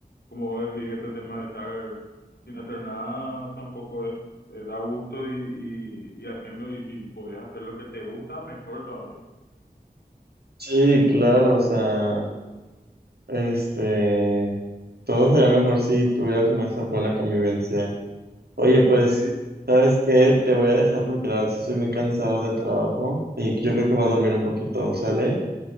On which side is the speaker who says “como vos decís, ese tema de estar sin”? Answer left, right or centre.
Left